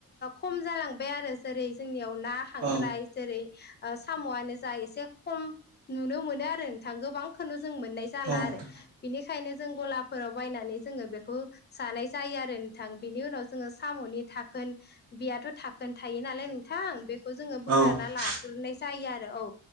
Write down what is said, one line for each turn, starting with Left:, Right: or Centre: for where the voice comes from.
Left: खम जालांबाय आरो जेरै जोंनियाव ना खांख्राय
Right: औ
Left: जेरै ओ साम'आनो जा एसे खम नुनो मोनो आरो गोबांखौनो जों मोननाय जाला
Right: औ नोंथां
Left: आरो बिनिखायनो जों गलाफोराव बायनानै जोङो बेखौ जनाय जायो आरो नोंथां बिनि उनाव जोङो साम' नि थाखोन बेयाथ' थाखोन थायो नालाय नोंथां बेखौ जोङो बोखारना
Right: औ
Left: ला गोरनाय जायो आरो औ